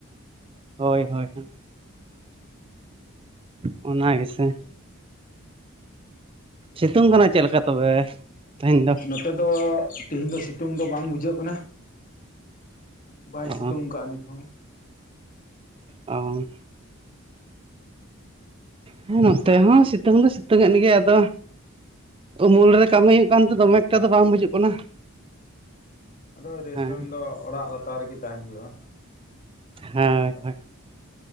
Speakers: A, on the right (about 25°); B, on the left (about 40°).
A: ᱦᱳᱭ ᱦᱳᱭ ᱦᱚ ᱚᱱᱟ ᱜᱮᱥᱮ᱾ ᱥᱤᱛᱩᱝ ᱠᱟᱱᱟ ᱪᱮᱫ ᱞᱮᱠᱟ ᱛᱚᱵᱮ ᱛᱮᱦᱮᱧ ᱫᱚ?
B: ᱱᱚᱛᱮ ᱫᱚ ᱛᱤᱦᱤᱧ ᱫᱚ ᱥᱤᱛᱩᱝ ᱫᱚ ᱵᱟᱝ ᱵᱩᱡᱷᱟᱹᱜ ᱠᱟᱱᱟ᱾ ᱵᱟᱭ
A: ᱚ
B: ᱥᱤᱛᱩᱝ ᱠᱟᱜᱼᱟ ᱱᱤᱛᱦᱚᱸ᱾
A: ᱚ᱾ <unintelligible> ᱱᱚᱛᱮ ᱦᱚᱸ ᱥᱤᱛᱩᱝ ᱫᱚ ᱥᱤᱛᱩᱝ ᱮᱫ ᱜᱮᱭᱟ ᱟᱫᱚ ᱩᱢᱩᱞ ᱨᱮ ᱠᱟᱹᱢᱤ ᱦᱩᱭᱩᱜ ᱠᱟᱱ ᱛᱮ ᱫᱚᱢᱮ ᱮᱠᱴᱟ ᱫᱚ ᱵᱟᱝ ᱵᱩᱡᱩᱜ ᱠᱟᱱᱟ᱾
B: ᱟᱫᱚ ᱨᱮᱥᱴᱩᱨᱮᱱᱴ
A: ᱦᱮᱸ
B: ᱫᱚ ᱚᱲᱟᱜ ᱞᱟᱛᱟᱨ ᱨᱮᱜᱮ ᱛᱟᱦᱮᱸᱱ ᱦᱩᱭᱩᱜᱼᱟ,
A: ᱦᱳᱭ
B: ᱟᱨ
A: ᱦᱳᱭ